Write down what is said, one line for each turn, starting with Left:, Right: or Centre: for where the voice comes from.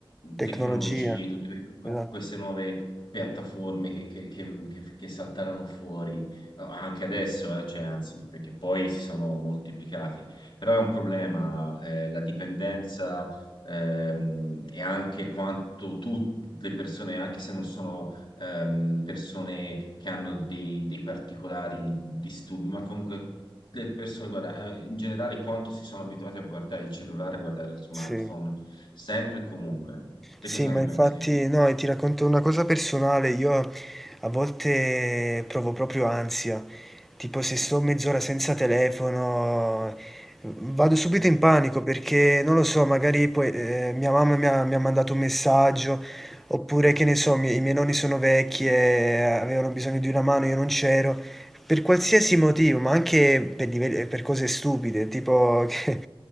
Left: tecnologie,
Centre: Tecnologia.
Left: tutte que- que-
Centre: Esatto.
Left: queste nuove piattaforme che, che- che- che- che saltarono fuori eh, anche adesso, eh, cioè, anzi, perché poi si sono moltiplicati. Però è un problema, eh, la dipendenza ehm, e anche quanto tutte le persone, anche se non sono ehm, persone che hanno dei, dei particolari disturbi, ma comunque le persone, guarda, eh, in generale quanto si sono abituati a guardare il cellulare, a guardare lo smartphone,
Centre: Sì.
Left: sempre e comunque. Te
Centre: Sì,
Left: cosa
Centre: ma
Left: ne
Centre: infatti,
Left: pensi?
Centre: no, e ti racconto una cosa personale. Io a volte provo proprio ansia. Tipo se sto mezz'ora senza telefono, vado subito in panico perché non lo so, magari poi eh, mia mamma mi ha, mi ha mandato un messaggio, oppure che ne so, mi- i miei nonni sono vecchi e avevano bisogno di una mano, io non c'ero. Per qualsiasi motivo, ma anche per, diver- per cose stupide, tipo <laughs> che eh,